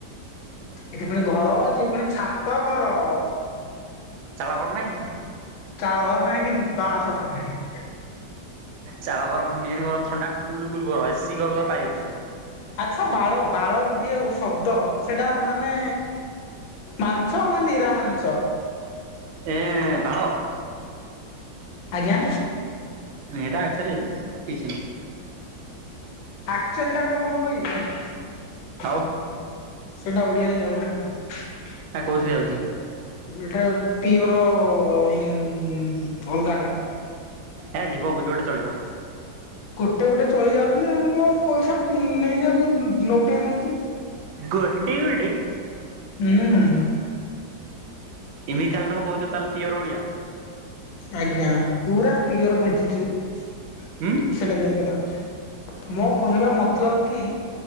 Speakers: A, on the left; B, on the right.
A: ଏଠି ପୁଣି ଘର ଅଛି ପୁଣି ଛାତ ଘର।
B: ଚାଳ ଘର ନାହିଁ?
A: ଚାଳ ଘର ନାହିଁ କି ବାସଠି ନାହିଁ।
B: ଚାଳ ଘର ମେନ ଘର ଥଣ୍ଡା କୁଲ କୁଲ ଘର ଏସି ଘର ପାଇବୁ।
A: ଆଚ୍ଛା ବାଳ! ବାଳ! ଗୋଟିଏ ଶବ୍ଦ ସେଟା ମାନେ? ମାଂସ ନା ନିରା ମାଂସ?
B: ଏଁ ବାଳ
A: ଆଜ୍ଞା।
B: ଏଟା ଆକଚ୍ୟୁଲି କିଛି ନୁହଁ।
A: ଆକ୍ଚଲିଟା କଣ ଭଲ କହିବି।
B: ଆଉ
A: ସେଟା ଓଡିଆରେ ଯାଉନାହାନ୍ତି।
B: ଆ କୋଉଥିରେ ଯାଉଛି
A: ଏଟା ପିଉରୋ ଇଁ ଭଗାଂଟା।
B: ହେ ଯିବ ଭିଡ଼ିଓଟି ଚଳିବ।
A: ଗୋଟେ ଗୋଟେ ଚଳି ଯାଉଛି ଯେ ହେଲେ କ ପଇସା ଉଁ ନେଇଯାଉଛି ଉଁ ନୋଉଟେଇ ଦଉଛି।
B: ଗୋଟିଏ ଗୋଟେ
A: ହୁଁ।
B: ଏମିତି ତାହେଲେ ତମ କହୁଛ ତାହେଲେ ପିଓର ଓଡିଆ।
A: ଆଜ୍ଞା ପୁରା ପିଓର ଭେଜିଟ୍ ସେଟା
B: ହୁଁ।
A: ବାହାରି ଗଲା। ମୋ କହିବା ମତଲବ କି?